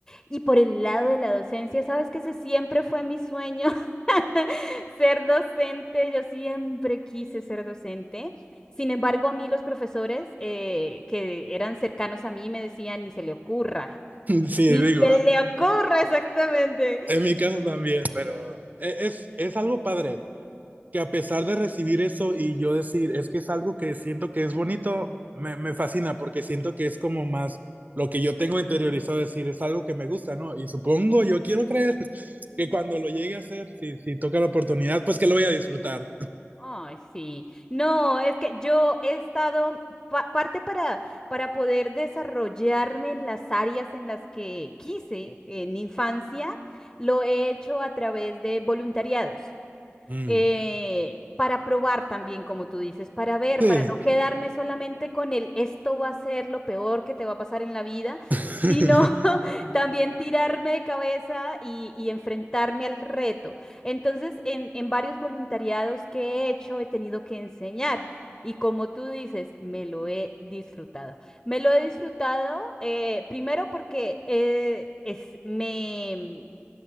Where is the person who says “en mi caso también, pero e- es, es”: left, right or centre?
Right